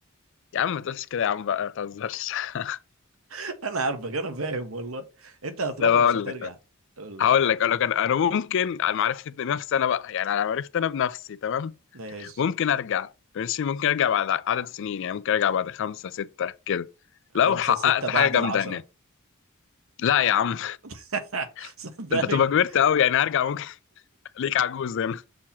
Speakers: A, on the left; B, on the right.
A: يا عم ما تقولش كده يا عم بقى ما تهزرش <laughs>
B: <laughs> انا عارفك انا فاهم والله انت هتروح
A: ده بقول
B: ومش هترجع
A: لك
B: قول.
A: هقول لك اقول لك انا انا ممكن على معرفتي بنفسي انا بقى يعني على معرفتي انا بنفسي تمام
B: ماشي
A: ممكن ارجع ماشي ممكن ارجع بعد عدد سنين يعني ممكن ارجع بعد خمسة ستة كده
B: خمسة
A: لو حققت
B: ستة بعد
A: حاجة جامدة
B: العشرة
A: هناك لا يا عم
B: <laughs> صدقني
A: <laughs> انت تبقى كبرت قوي يعني هرجع ممكن <laughs> ليك عجوز هنا